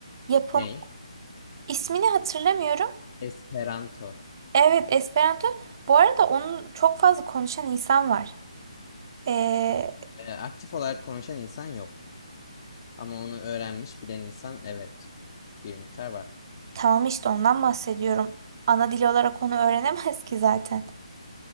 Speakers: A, on the right (about 35°); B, on the left (about 35°).
A: Yapım
B: Ney?
A: ismini hatırlamıyorum.
B: Esperanto.
A: Evet Esperanto. Bu arada onun çok fazla konuşan insan var. Ee,
B: Ee, aktif olarak konuşan insan yok. Ama onu öğrenmiş bilen insan evet. Bir miktar var.
A: tamam işte ondan bahsediyorum. Ana dil olarak onu öğrenemez ki zaten.